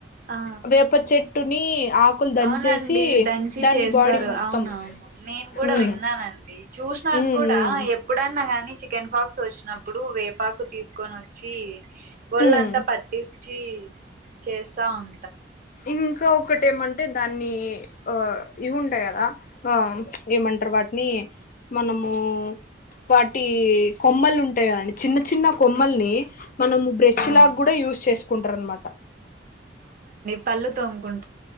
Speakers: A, on the right (about 50°); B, on the left (about 50°).
A: ఆ
B: వేప చెట్టుని ఆకులు దంచేసి
A: అవునండి దంచి
B: దాన్ని
A: చేస్తారు
B: బాడీ మొత్తం
A: అవునవును నేను గుడా
B: ఉమ్
A: విన్నానండి చూసినాను
B: ఉమ్
A: కూడా
B: ఉమ్
A: ఎప్పుడన్నాగాని చికెన్ పాక్స్ వచ్చినప్పుడు వేపాకు తీసుకొని వచ్చి ఒళ్ళంతా
B: ఉమ్
A: పట్టించి చేస్తా ఉం
B: ఇంకా ఒక తెమంటే దాన్ని ఆ ఇవ్ ఉంటాయ్ కదా, ఆ ఏమంర్ర్ వాటిని మనము వాటీ కొమ్మలు ఉంటాయ్ కదా. చిన్న చిన్న కొమ్మల్ని మనము బ్రష్
A: ఉమ్
B: లాగా గుడా యూస్ చేస్ కుంటారన్నమట
A: పళ్లు తోముకుం